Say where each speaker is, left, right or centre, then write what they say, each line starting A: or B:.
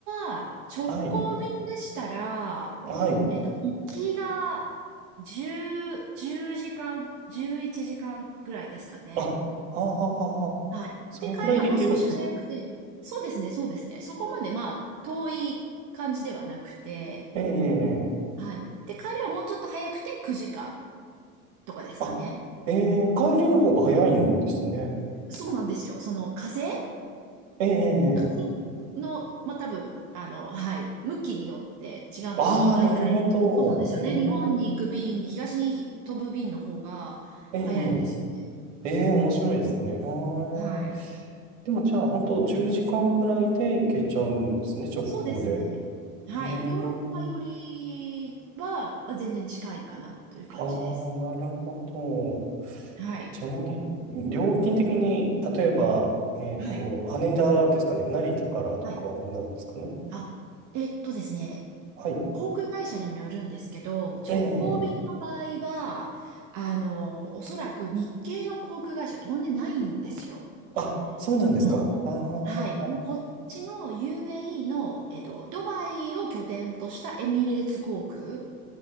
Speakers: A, on the right; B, on the right.
A: は直行便でしたら、
B: はい。はい。
A: えっと、行きが10、10時間、11時間ぐらいですかね。
B: あ、はあはあはあはあ。
A: はい。
B: それぐらいで行けるんですね。
A: で、帰りはもう少し早くて、そうですね、そうですね。そこまでまあ、遠い感じではなくて、
B: ええええ
A: はい。で、帰りはもうちょっと早くて9時間とかですかね。
B: あ、ええ帰りの方が早いんですね。
A: そうなんですよ。その風
B: ええええ
A: 風の、まあ多分、あの、はい、向きによって違うんですけど、
B: ああー、
A: 大体、
B: なるほど。
A: そうなんですよね。
B: え
A: 日本に行く便、
B: え
A: 東に飛ぶ便の方が早いんですよね。
B: ええええ面白いですね。あーええ
A: はい。
B: でもじゃあ、本当10時間ぐらいで行けちゃうんですね、直行で。
A: そうですね。はい。
B: ええ
A: ヨーロッパよりは全然近いかなという感じです。
B: ああー、なるほど。
A: はい。
B: ちなみに、料金的に、例えば、えっと、
A: はい。
B: 羽田ですかね、成田からとかになるんですかね。
A: はい。あ、えっとですね。
B: はい。
A: 航空会社にもよるんですけど、直行便の場合は、
B: ええ
A: あの、おそらく日系の航空会社飛んでないんですよ。
B: あ、そうなんですか。
A: あの
B: あああ
A: はい。もうこっちの UAE の、えっと、ドバイを拠点としたエミレーツ航空。